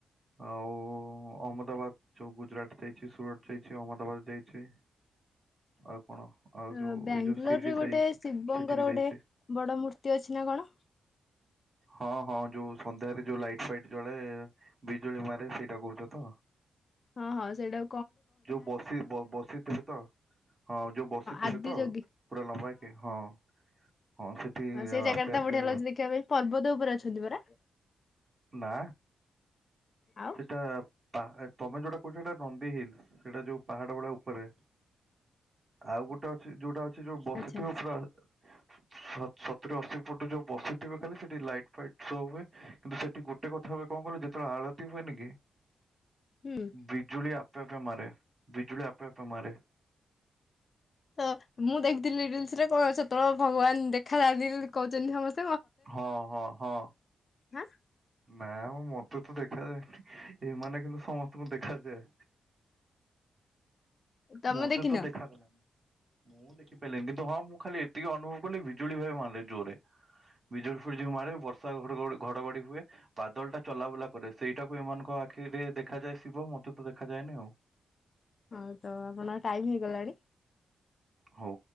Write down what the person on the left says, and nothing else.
ଅ
ବାଙ୍ଗାଲୋର
ରେ
ଗୋଟେ ଶିବଙ୍କର
ଗୋଟେ ବଡ ମୂର୍ତ୍ତି ଅଛି ନା କଣ?
ହଁ ହଁ ସେଇଟା।
ଆଦି
ଯୋଗୀ
ହଁ ସେଇ ଜାଗା
ଟା ତ
ବଢିଆ ଲାଗୁଚି ଦେଖିବା ପାଇଁ ପର୍ବତ ଉପରେ ଅଛି। ଛନ୍ତି ପରା।
ଆଉ
ଆଚ୍ଛା
ହୁଁ
ତ ମୁଁ ଦେଖିଥିଲି। ଲିସ୍ ରେ ତ ସେତେବେଳେ ଭଗବାନ ଦେଖ ଦେଖା ଦଉଚନ୍ତି ବୋଲି କହୁଚନ୍ତି ସମସ୍ତେ।
ହଁ।
ତମେ
ଦେଖିନ
ହଉ ତ ଆପଣ ଟାଇମ ହେଇଗଲାଣି।